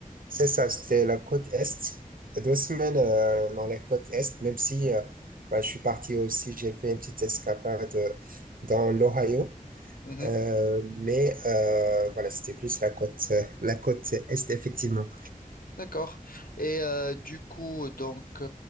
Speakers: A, on the right; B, on the left.
A: C'est ça, c'était la côte Est. Deux semaines euh, dans la côte Est, même si euh, ouais, je suis parti aussi, j'ai fait une petite escapade euh, dans l'Ohio.
B: Mhm.
A: Euh, mais euh, voilà, c'était plus la côte, euh, la côte Est, effectivement.
B: D'accord. Et euh, du coup, donc, tu